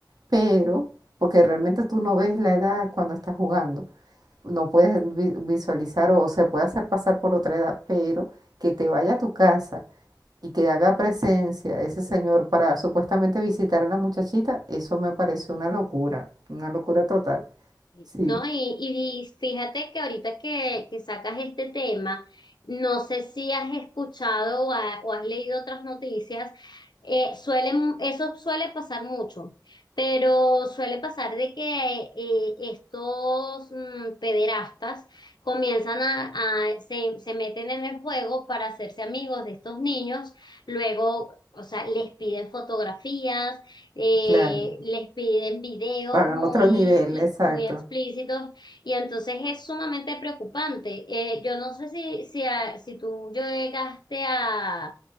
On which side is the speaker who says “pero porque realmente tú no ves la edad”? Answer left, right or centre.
Right